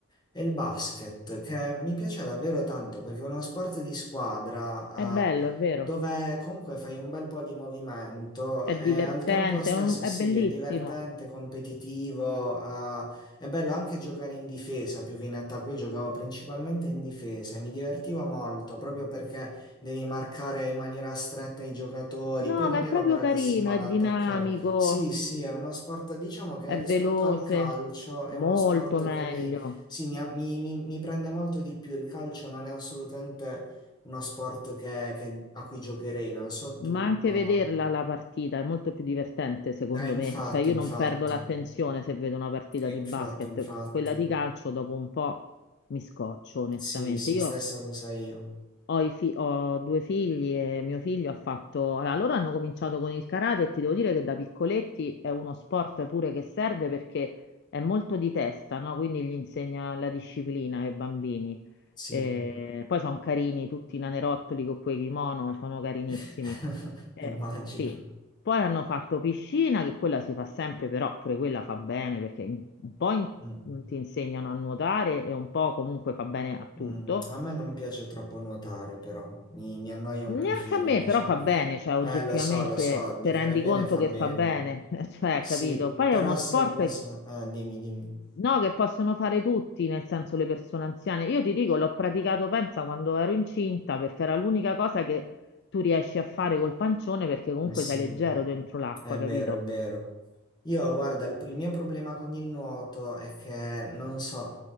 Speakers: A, on the left; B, on the left.
A: E il basket, che mi piace davvero tanto perché è uno sport di squadra,
B: è bello,
A: eh,
B: è vero,
A: dove comunque fai un bel po' di movimento
B: è
A: e
B: divertente,
A: al tempo stesso
B: è un- è
A: sì,
B: bellissimo.
A: è divertente, competitivo, eh, è bello anche giocare in difesa più che in attacco. Io giocavo principalmente in difesa e mi divertivo molto proprio perché devi marcare in maniera stretta i giocatori.
B: No,
A: Poi non
B: ma è
A: ero
B: proprio
A: bravissimo
B: carino,
A: ad
B: è
A: attaccare.
B: dinamico,
A: Sì, sì, è uno sport, diciamo che
B: è
A: rispetto
B: veloce,
A: al calcio è
B: molto
A: uno sport
B: meglio.
A: che mi sì, mi, mi- mi- mi prende molto di più il calcio, non è assolutamente uno sport che- che- a cui giocherei, non so tu,
B: Ma anche
A: ma...
B: vederla la partita è molto più divertente, secondo
A: Eh, infatti,
B: me. Cioè, io
A: infatti,
B: non perdo l'attenzione se vedo una partita
A: eh, infatti,
B: di basket.
A: infatti,
B: Quella di calcio dopo un po' mi scoccio, onestamente.
A: sì, sì,
B: Io
A: stessa cosa io,
B: Ho, i fi- ho due figli e mio figlio ha fatto... Allora, loro hanno cominciato con il karate e ti devo dire che da piccoletti è uno sport pure che serve perché è molto di testa, no? Quindi gli insegna la disciplina ai bambini.
A: sì,
B: Eh, poi sono carini tutti i nanerottoli con quei kimono, sono carinissimi.
A: <laughs>
B: Eh,
A: immagino.
B: sì. Poi hanno fatto piscina, che quella si fa sempre, però pure quella fa bene perché in- un po' in-
A: Mm,
B: ti insegnano a nuotare e un po' comunque fa bene a tutto.
A: mm. A me non piace troppo nuotare, però, mi, mi annoia un
B: Neanche
A: pochino,
B: a me,
A: diciamo.
B: però fa bene, cioè oggettivamente
A: Eh, lo so, lo so, di
B: ti rendi
A: fare bene
B: conto
A: fa
B: che
A: bene,
B: fa bene, <laughs> cioè,
A: sì,
B: capito? Poi
A: però
B: è uno
A: sai
B: sport
A: cosa?
B: che-
A: Eh, dimmi, dimmi.
B: no, che possono fare tutti, nel senso le persone anziane. Io ti dico, l'ho praticato, pensa, quando ero incinta, perché era l'unica cosa che tu riesci a fare col pancione, perché comunque
A: Eh sì,
B: sei leggero dentro l'acqua,
A: è
B: capito?
A: vero, è vero. Io, guarda, il, il mio problema con il nuoto è che non so,